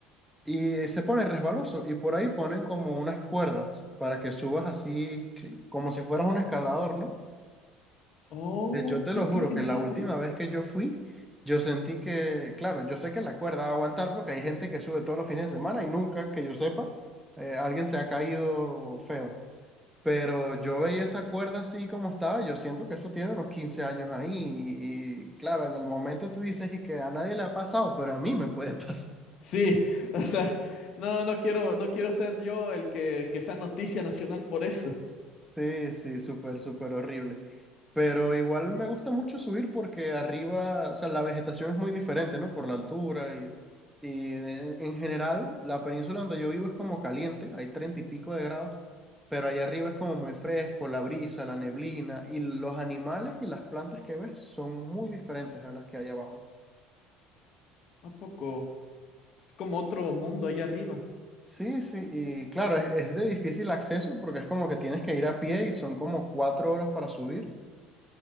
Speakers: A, in the centre; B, on the left (about 55°).
A: y eh, se pone resbaloso y por ahí ponen como unas cuerdas para que subas así que- como si fueras un escalador, ¿no?
B: Oh,
A: Pues, Yo te
B: qué,
A: lo juro
B: qué genial,
A: que la última vez que yo fui, yo sentí que, claro, yo sé que la cuerda va a aguantar porque hay gente que sube todos los fines de semana y nunca, que yo sepa, eh, alguien se ha caído feo. Pero yo veía esa cuerda así como estaba, yo siento que eso tiene unos 15 años ahí y, y, claro, en el momento tú dices y que a nadie le ha pasado, pero a mí me puede <laughs> pasar.
B: Sí, <laughs> o sea, no, no quiero, no quiero ser yo el que, el que sea noticia nacional por eso.
A: Sí, sí, súper, súper horrible. Pero igual me gusta mucho subir porque arriba, o sea, la vegetación es muy diferente, ¿no? Por la altura y, y en, en general la península donde yo vivo es como caliente, hay treinta y pico de grados, pero allá arriba es como muy fresco, la brisa, la neblina y los animales y las plantas que ves son muy diferentes a las que hay abajo.
B: ¿A poco? Es como otro mundo ahí arriba.
A: Sí, sí, y claro, es, es de difícil acceso porque es como que tienes que ir a pie y son como cuatro horas para subir.